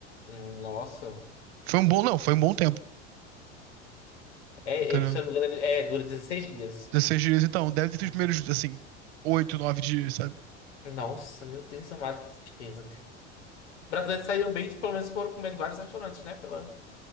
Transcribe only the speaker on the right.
Foi um bom, não, foi um bom tempo,
entendeu?
16 dias, então, deve ter sido
os primeiros, assim, 8, 9 dias, sabe?